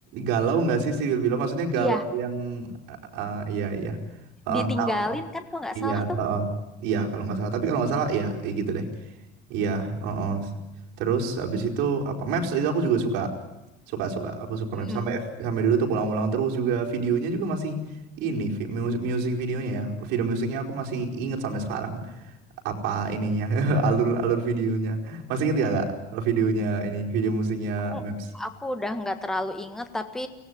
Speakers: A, on the right; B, in the centre.
A: galau nggak sih si Will Below? Maksudnya galau
B: Iya,
A: yang ah iya iya. Heeh,
B: ditinggalin
A: tahu tuh.
B: kan kalau nggak
A: Iya,
B: salah tuh.
A: heeh. Iya kalau nggak salah. Tapi kalau nggak salah iya, iya gitu deh. Iya, heeh. Terus habis itu apa Maps itu aku juga suka. Suka suka, aku suka
B: Mm-mm.
A: Maps sampai sampai dulu tuh ulang-ulang terus juga videonya juga masih ini vi- mus- music videonya ya. Video musiknya aku masih inget sampai sekarang apa ininya <laughs> alur alur videonya. Masih inget gak, Kak, videonya ini video musiknya
B: Aku,
A: Maps?
B: aku udah nggak terlalu inget, tapi